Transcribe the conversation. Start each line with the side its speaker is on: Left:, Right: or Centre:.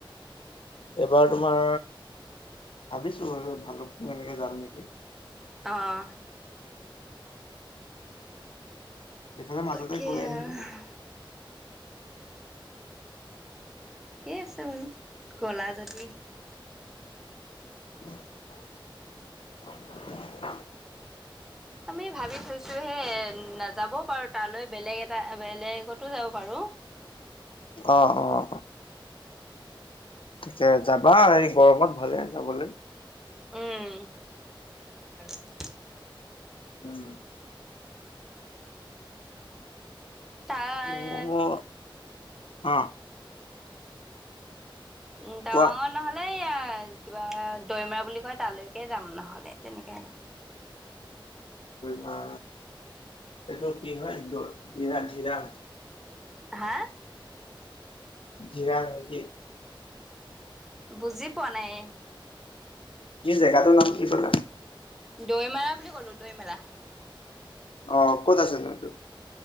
Left: এবাৰ তোমাৰ, ভাবিছো <unintelligible> এনেকে যাম নেকি।
Centre: অহ।
Left: সিফালে মাজতে
Centre: তাকে
Left: গৈ আহিছ
Centre: আৰু ঠিকেই আছে বাৰু, গলা যদি।
Left: <unintelligible>
Centre: আমি ভাবি থৈছো হে নাযাবও পাৰো তালৈ বেলেগ এটা বেলেগতো যাব পাৰো।
Left: অ অ এয়া যাবা এই গৰমত ভালে যাবলৈ।
Centre: উম <unintelligible>
Left: উম,
Centre: তাৰ
Left: অ আহ,
Centre: উম তাঙৰ
Left: কোৱা।
Centre: নহলে ইয়াৰ, কিবা দৈমৰা বুলি কয় তালৈকে যাম নহলে তেনেকে।
Left: বা এইটো কি হয় ধিৰা ধিৰা,
Centre: হা,
Left: জিৰা নেকি।
Centre: বুজি পোৱা নাই।
Left: এই জেগাটোৰ নাম কি কলা।
Centre: দৈমৰা বুলি ক'লো দৈমাৰা।
Left: অ ক'ত আছে নো সেইতো,